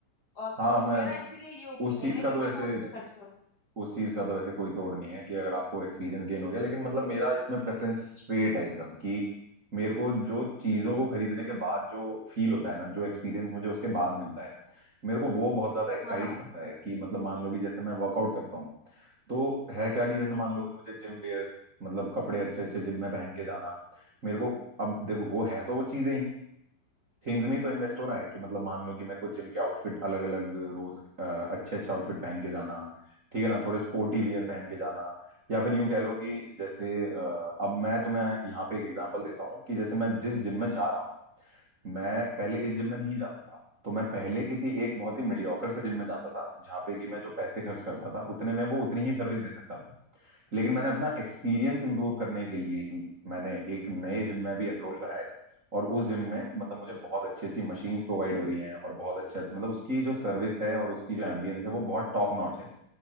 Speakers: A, on the left; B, on the right.
A: और
B: हाँ
A: तो
B: मैं
A: मेरा इसीलिए ये ओपिनियन
B: उस चीज
A: है
B: का
A: कि
B: तो
A: भाई
B: वैसे
A: मैं उस पे खर्च करूंगी
B: उस चीज का तो वैसे कोई तोड़ नहीं है कि अगर आपको एक्सपीरियंस गेन हो गया लेकिन मतलब मेरा इसमें प्रेफरेंस स्ट्रेट है एकदम कि मेरे को जो चीजों को खरीदने के बाद जो फील होता है ना जो एक्सपीरियंस मुझे उसके बाद मिलता है मेरे को वो बहुत ज्यादा एक्साइट
A: हाँ हाँ
B: करता है कि मतलब मान लो कि जैसे मैं वर्कआउट करता हूँ तो है क्या कि जैसे
A: हम्म
B: मान लो कि मुझे जिम वेयर्स मतलब कपड़े अच्छे अच्छे जिम में पहन के जाना मेरे को अब देखो वो है तो वो चीजें ही थिंग्स में ही तो इन्वेस्ट
A: हम्म
B: हो रहा है कि मतलब मान लो कि मेरे को जिम के आउटफिट अलग अलग रोज अच्छे अच्छे आउटफिट पहन के जाना ठीक है ना थोड़े स्पोर्टी वियर पहन के जाना या फिर यूं कह लो कि जैसे अ, अब मैं तुम्हें यहाँ पे एक एग्जांपल देता हूँ कि जैसे मैं जिस जिम में जा रहा हूँ मैं पहले
A: हम्म
B: इस जिम
A: हम्म
B: में नहीं जाता था तो मैं पहले किसी एक बहुत ही मीडियोकर
A: हम्म
B: से जिम में जाता था जहाँ पे कि मैं जो पैसे खर्च करता था उतने में वो उतनी ही सर्विस दे सकता था लेकिन मैंने अपना एक्सपीरियंस इंप्रूव करने के लिए ही मैंने एक नए जिम में भी एनरोल करा है और उस जिम में मतलब मुझे बहुत अच्छी अच्छी मशीन्स प्रोवाइड हो रही हैं और बहुत अच्छा मतलब उसकी जो सर्विस है और उसकी जो एम्बियंस है वो बहुत टॉप नॉच है